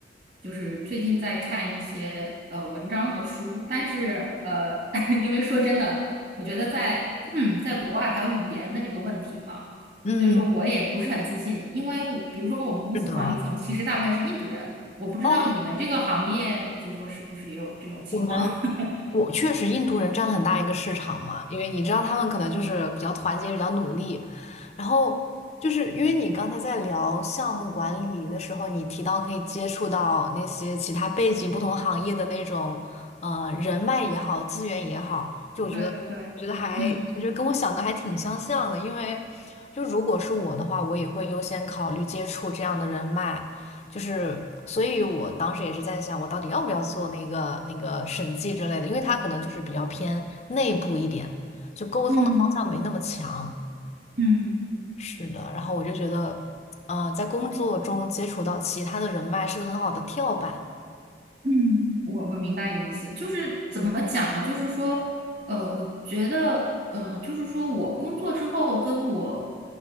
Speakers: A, on the right; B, on the left.
A: 就是最近在看一些呃文章和书，但是呃，<laughs> 因为说真的。我觉得在 <clears throat> 在国外还有语言的这个问题嘛，
B: 嗯，
A: 所以说我也不是很自信，因为我比如说我们公司管理层其实大部分是印度人，
B: 是的，
A: 我不知道你们这个行业就说是不是也有这种情况。
B: 哦，我们。
A: <laughs>
B: 我确实，印度人占了很大一个市场嘛，因为你知道他们可能就是比较团结、比较努力。然后就是因为你刚才在聊项目管理的时候，你提到可以接触到那些其他背景、不同行业的那种呃人脉也好、资源也好，就我觉得，
A: 对对对，
B: 我觉得还，
A: 嗯
B: 我觉得跟我想的还挺相像的。因为就如果是我的话，我也会优先考虑接触这样的人脉，就是，所以我当时也是在想，我到底要不要做那个那个审计之类的，因为他可能就是比较偏内部一点，就沟通的方向没那么强。
A: 嗯嗯。
B: 是的，然后我就觉得，嗯、在工作中接触到其他的人脉是个很好的跳板。
A: 嗯，我我明白你的意思，就是怎么讲呢？就是说，呃，我觉得，呃，就是说我工作之后跟我